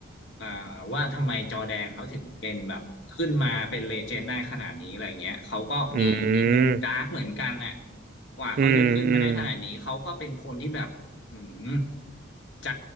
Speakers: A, on the left; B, on the right.
A: อ่าว่าทำไมจอร์แดนเขาถึงเป็นแบบขึ้นมาเป็นเลเจนด์ได้ขนาดนี้อะไรเงี้ยเขาก็มีมีมุมดาร์กเหมือนกันน่ะ
B: อืม
A: กว่าเขาจะขึ้นมาได้ขนาดนี้เขาก็เป็นคนที่แบบอืม
B: อืมอืม
A: ใจ